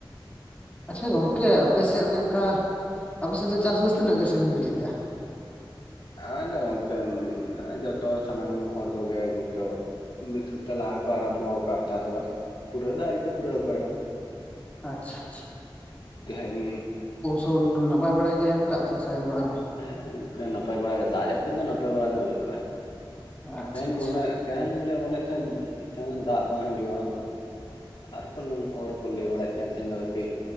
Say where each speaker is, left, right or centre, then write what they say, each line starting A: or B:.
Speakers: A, on the left; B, on the left.
A: ᱟᱪᱪᱷᱟ ᱜᱚᱝᱠᱮ, ᱟᱯᱮᱥᱮᱫ ᱚᱱᱮ ᱚᱱᱠᱟ ᱟᱯᱮᱥᱮᱫ ᱫᱚ ᱪᱟᱥᱵᱟᱥ ᱛᱤᱱᱟᱹᱜ ᱜᱮ ᱥᱟᱜᱤᱧ ᱤᱫᱤ ᱠᱮᱫᱼᱟ?
B: ᱟ ᱫᱚ ᱜᱚᱝᱠᱮ ᱮᱢ ᱡᱚᱛᱚ ᱥᱟᱱᱟᱢ ᱦᱚᱲ ᱠᱚᱜᱮ ᱱᱤᱛᱳ ᱢᱤᱫ ᱥᱚᱯᱛᱟ ᱞᱟᱦᱟ ᱠᱚ ᱟᱨᱟᱢᱵᱚ ᱟᱠᱟᱼᱟ ᱪᱟᱥᱵᱟᱥ, ᱯᱩᱨᱟᱹᱣ ᱫᱟ ᱟᱹᱶᱨᱤ ᱠᱚ ᱯᱩᱨᱟᱹ ᱚᱠᱚᱭ ᱦᱚᱸ ᱾
A: ᱟᱪᱪᱷᱟ ᱟᱪᱪᱷᱟ
B: ᱛᱮᱦᱮᱧ
A: ᱛᱚ ᱱᱟᱯᱟᱭ ᱵᱟᱲᱟᱭ ᱜᱮ ᱮᱢ ᱟᱠᱟᱜ ᱯᱮ ᱥᱮ ᱵᱟᱝᱼᱟ᱾
B: ᱦᱮᱸ ᱚᱱᱠᱟ ᱱᱟᱯᱟᱭ ᱵᱟᱲᱟᱜᱮ, ᱫᱟᱜ ᱡᱟᱹᱯᱩᱫ ᱫᱚ ᱱᱟᱯᱟᱭ ᱵᱟᱲᱟᱜᱮ, ᱚᱱᱠᱟ
A: ᱟᱪᱪᱷᱟ
B: ᱛᱮᱦᱮᱧ
A: ᱟᱪᱪᱷᱟ
B: ᱢᱚᱱᱮ ᱛᱮᱦᱤᱧᱞᱮ ᱢᱚᱱᱮ ᱮᱫ ᱛᱟᱦᱮᱸ ᱛᱟᱦᱮᱱ ᱫᱚ ᱫᱟᱜ ᱵᱟᱝ ᱦᱤᱡᱩᱜᱼᱟ ᱦᱟᱜ, ᱟᱨᱠᱚ ᱞᱟᱹ ᱦᱚᱲ ᱠᱚ ᱞᱟᱹᱭ ᱵᱟᱲᱟᱭᱮᱫ ᱛᱟᱦᱮᱸᱫ ᱛᱮᱦᱮᱸ ᱫᱚ ᱠᱟᱹᱴᱤᱡ